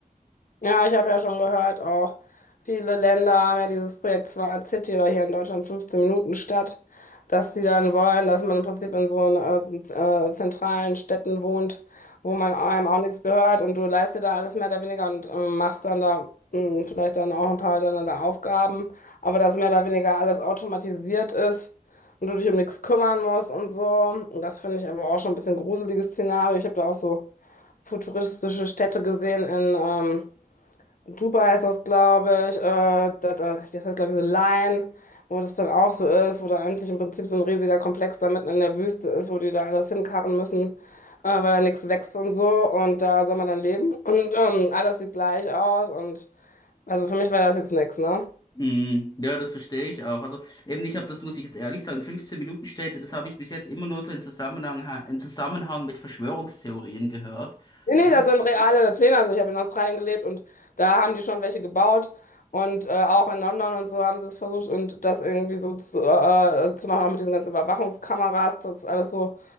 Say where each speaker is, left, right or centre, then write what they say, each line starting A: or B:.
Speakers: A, on the left (about 65°); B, on the left (about 30°).
A: Ja, ich habe ja schon gehört, auch viele Länder haben ja dieses Projekt Smart City oder hier in Deutschland 15 Minuten Stadt, dass sie dann wollen, dass man im Prinzip in so einen, äh, äh, zentralen Städten wohnt, wo man einem auch nichts gehört und du leist dir da alles mehr oder weniger und äh, machst dann da mh, vielleicht dann auch ein paar dann da Aufgaben, aber dass mehr oder weniger alles automatisiert ist. Und du dich um nichts kümmern musst und so. Und Das finde ich aber auch schon ein bisschen gruseliges Szenario. Ich habe da auch so futuristische Städte gesehen in, ähm, Dubai ist das, glaube ich, äh, da, da, das heißt, glaube ich, so Line, wo das dann auch so ist, wo da eigentlich im Prinzip so ein riesiger Komplex da mitten in der Wüste ist, wo die da alles hinkarren müssen, äh, weil da nichts wächst und so und da soll man dann leben und ähm, alles sieht gleich aus und also für mich war das jetzt nichts, ne?
B: Mm, Ja, das verstehe ich auch. Also eben, ich habe das, muss ich jetzt ehrlich sagen, 15 Minuten Städte, das habe ich bis jetzt immer nur so im Zusammenhang, im Zusammenhang mit Verschwörungstheorien gehört.
A: Nee,
B: Aber
A: nee, das sind reale Pläne. Also ich habe in Australien gelebt und da haben die schon welche gebaut. Und äh, auch in London und so haben sie es versucht und das irgendwie so zu, äh, äh, zu machen, auch mit diesen ganzen Überwachungskameras, das alles so